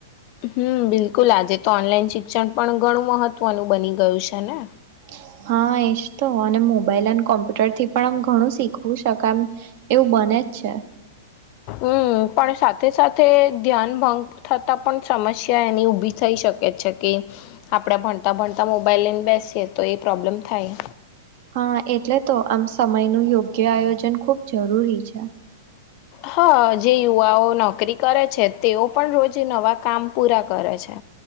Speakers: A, on the left; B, on the right.
A: હમ બિલકુલ આજે તો ઓનલાઈન શિક્ષણ પણ ઘણું મહત્વનું બની ગયું છે ને
B: <inaudible> હા એજ તો અને મોબાઈલ અને કોમ્પ્યુટરથી પણ આમ ઘણું શીખવી શકાય એમ એવું બને જ છે.
A: હમ પણ સાથે સાથે ધ્યાન ભંગ થતા પણ સમસ્યા એની ઉભી થઈ શક છે કે આપડા ભણ તાં ભણતા મોબાઈલ લઈને બેસીએ તો એ પ્રોબ્લેમ થાય
B: હા એટલે તો આમ સમયનું યોગ્ય આયોજન ખુબ જરૂરી છે.
A: હા જે યુવાઓ નોકરી કરે છે તેઓ પણ રોજ નવા કામ પૂરા કરે છે.